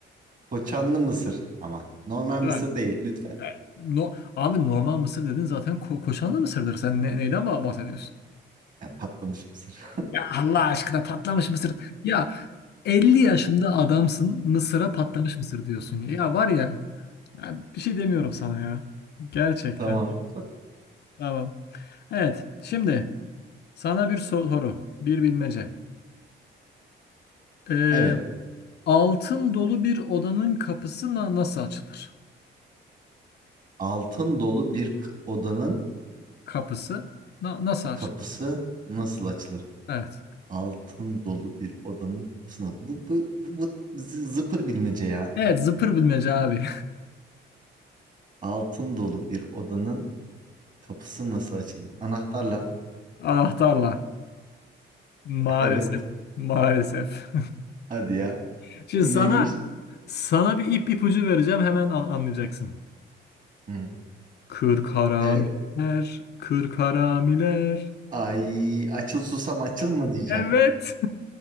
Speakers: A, on the right (about 40°); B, on the left (about 55°).
A: Koçanlı mısır ama. Normal mısır
B: Bak,
A: değil lütfen.
B: e, No, abi normal mısır dedin zaten ko koşanlı mısırdır. Sen ne- neyden bah- bahsediyorsun?
A: Yani patlamış mısır.
B: Ya Allah aşkına patlamış mısır. Ya 50 yaşında adamsın mısıra patlamış mısır diyorsun. Ya var ya Ya bir şey demiyorum sana ya. Gerçekten.
A: <laughs> Tamam.
B: Tamam. Evet. Şimdi sana bir so- soru. Bir bilmece. Ee,
A: Evet.
B: altın dolu bir odanın kapısı na- nasıl açılır?
A: Altın dolu bir k- odanın
B: Kapısı na- nasıl açılır?
A: kapısı nasıl açılır?
B: Evet.
A: Altın dolu bir odanın kapısına. Bu, bu, bu, bu z- zıpır bilmece ya.
B: Evet. Zıpır bilmece abi.
A: Altın dolu bir odanın kapısı nasıl açılır? Anahtarla.
B: <laughs> Anahtarla. Maalesef.
A: <laughs> Evet.
B: Maalesef.
A: Hadi ya.
B: <laughs>
A: <laughs>
B: Şimdi
A: Neymiş?
B: sana sana bir ip ipucu vereceğim. Hemen an- anlayacaksın.
A: Hı.
B: Kırk haramiler.
A: Evet.
B: Kırk haramiler.
A: Ay açıl susam açıl mı diyeceğim.
B: Evet.